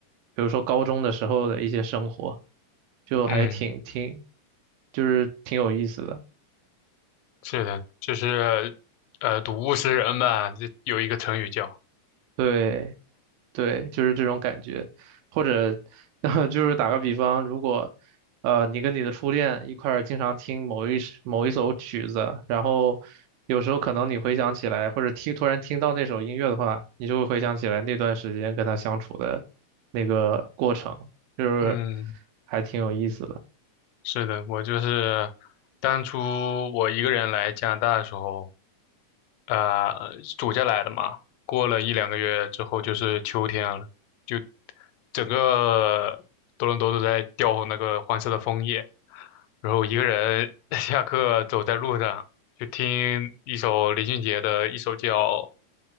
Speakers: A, on the right (about 85°); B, on the left (about 85°).
A: 比如说高中的时候的一些生活，就还挺挺，
B: 嗯。
A: 就是挺有意思的。
B: 是的，就是呃，睹物思人吧，这有一个成语叫。
A: 对对，就是这种感觉，或者 <laughs> 就是打个比方，如果呃你跟你的初恋一块儿经常听某一首某一首曲子，然后有时候可能你回想起来，或者听突然听到那首音乐的话，你就会回想起来那段时间跟他相处的那个过程，就是
B: 嗯，
A: 还挺有意思的。
B: 是的，我就是当初我一个人来加拿大的时候，呃，暑假来的嘛，过了一两个月之后就是秋天了，就整个多伦多都在掉那个黄色的枫叶，然后一个人 <laughs> 下课走在路上，就听一首林俊杰的一首叫